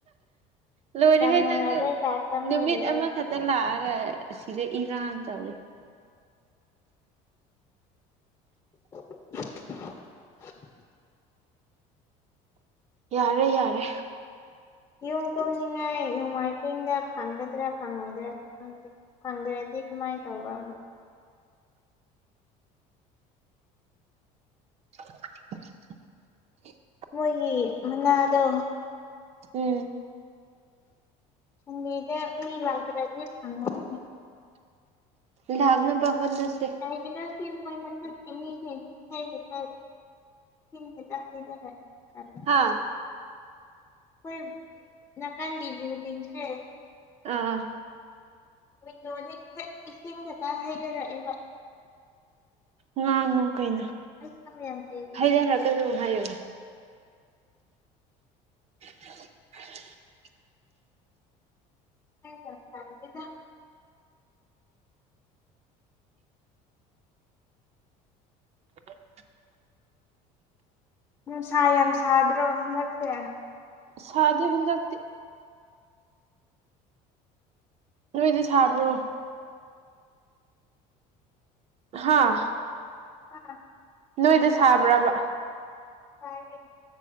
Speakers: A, on the right; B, on the left.
A: ꯂꯣꯏꯔꯦꯍꯦ
B: ꯅꯨꯡꯉꯥꯏꯕꯩ
A: ꯅꯪꯁꯨ
B: ꯇꯥꯏꯞꯇ
A: ꯅꯨꯃꯤꯠ
B: ꯃꯣꯏꯒꯤ
A: ꯑꯃꯈꯛꯇ
B: ꯑꯩꯁꯦ
A: ꯂꯥꯛꯑꯒ ꯑꯁꯤꯗ ꯏꯔꯥꯡ ꯇꯧꯏ
B: <inaudible>
A: ꯌꯥꯔꯦ ꯌꯥꯔꯦ
B: ꯌꯨꯝ ꯀꯨꯝꯅꯤꯡꯉꯥꯏ ꯅꯣꯡꯃꯥꯏꯖꯤꯡꯗ ꯐꯪꯒꯗ꯭ꯔꯥ ꯐꯪꯉꯣꯏꯗ꯭ꯔꯥꯁꯨ ꯈꯪꯗꯦ ꯐꯪꯗ꯭ꯔꯗꯤ ꯀꯃꯥꯏ ꯇꯧꯕ ꯑꯃꯨꯛ
A: <inaudible>
B: ꯃꯣꯏꯒꯤ ꯃꯅꯥꯗꯣ
A: ꯎꯝ
B: ꯁꯟꯗꯦꯗ ꯃꯤ ꯂꯥꯛꯇ꯭ꯔꯗꯤ ꯐꯪꯉꯔꫭꯏꯅꯦ
A: ꯂꯥꯛꯅꯕ ꯍꯣꯠꯅꯁꯦ
B: ꯀꯩꯒꯤ ꯁꯤ ꯅꯣꯏ ꯃꯊꯛꯀꯤ ꯃꯤꯁꯤ <unintelligible> <unintelligible>
A: ꯍꯥꯥ
B: ꯑꯩꯈꯣꯏ ꯅꯀꯥꯟꯒꯤ ꯕꯤꯜꯗꯤꯡꯁꯦ
A: ꯑꯥ
B: <unintelligible> ꯏꯁꯤꯡ ꯍꯦꯛꯇ ꯍꯩꯗꯔꯛꯑꯦꯕ
A: ꯉꯥꯡꯉꯣ ꯀꯩꯅꯣ
B: ꯑꯁ ꯑꯃ ꯌꯥꯝ ꯀꯦꯜꯂꯦ
A: ꯍꯩꯗꯔꯛꯀꯅꯨ
B: ꯍꯟꯗꯛ
A: ꯍꯥꯏꯌꯣ <inaudible>
B: ꯈꯪꯗꯦ ꯇꯜꯂꯤꯗ
A: <inaudible>
B: ꯅꯨꯡꯁꯥ ꯌꯥꯝ ꯁꯥꯗ꯭ꯔꯣ ꯍꯟꯗꯛꯁꯦ
A: ꯁꯥꯗꯦ ꯍꯟꯗꯛꯇꯤ ꯅꯣꯏꯗꯤ ꯁꯥꯕ꯭ꯔꯣ ꯍꯥꯥ
B: ꯑꯥ
A: ꯅꯣꯏꯗ ꯁꯥꯕ꯭ꯔꯕ
B: ꯁꯥꯏꯅꫠ